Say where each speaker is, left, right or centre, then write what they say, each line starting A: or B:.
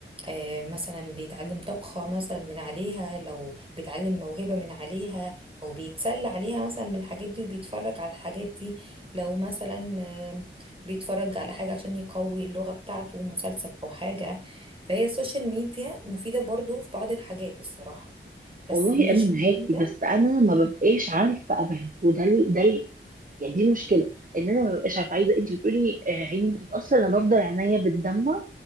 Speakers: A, on the right; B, on the right.
A: آه، مثلا بيتعلم طبخة مثلا من عليها لو بيتعلم موهبة من عليها هو بيتسلى عليها مثلا من الحاجات دي وبيتفرج على الحاجات دي لو مثلا آم، بيتفرج على حاجة عشان يقوي اللغة بتاعته مسلسل أو حاجة فهي السوشيال ميديا مفيدة برضو في بعض الحاجات الصراحة بس
B: والله
A: مش
B: انا معاكي
A: مفيدة
B: بس انا ما ببقاش عارفه ابعد وده ال- ده يعني دي المشكله ان انا ما ببقاش عارفه عايزه انت بتقولي آه، عيني بتتاثر انا بفضل عينيا بتدمع